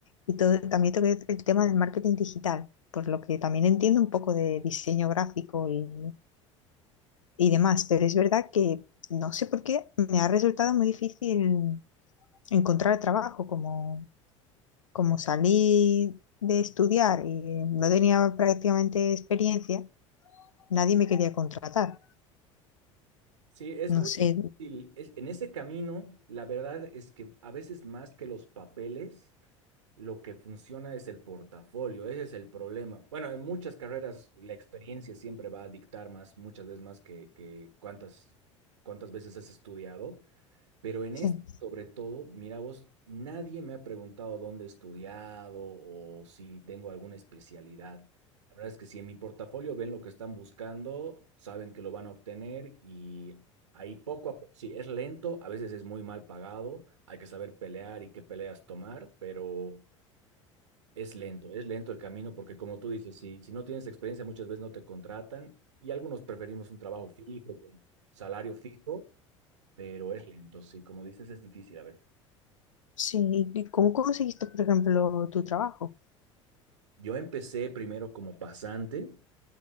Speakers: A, on the left; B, on the right.
A: y todo, también toqué el tema del marketing digital, por lo que también entiendo un poco de diseño gráfico y, y demás, pero es verdad que no sé por qué me ha resultado muy difícil encontrar trabajo como salí de estudiar y no tenía prácticamente experiencia, nadie me quería contratar.
B: Sí, es
A: No
B: muy
A: sé,
B: difícil. Es- en ese camino, la verdad es que a veces más que los papeles. Lo que funciona es el portafolio, ese es el problema. Bueno, en muchas carreras la experiencia siempre va a dictar más, muchas veces más que, que cuántas, cuántas veces has estudiado, pero en
A: sí.
B: este, sobre todo, mira vos, nadie me ha preguntado dónde he estudiado o si tengo alguna especialidad. La verdad es que si en mi portafolio ven lo que están buscando, saben que lo van a obtener y ahí poco a poco, sí, es lento, a veces es muy mal pagado, hay que saber pelear y qué peleas tomar, pero... Es lento, es lento el camino porque como tú dices, si, si no tienes experiencia muchas veces no te contratan y algunos preferimos un trabajo fijo, con salario fijo, pero es lento, sí, como dices es difícil a veces.
A: Sí, ¿y ¿cómo conseguiste, por ejemplo, tu trabajo?
B: Yo empecé primero como pasante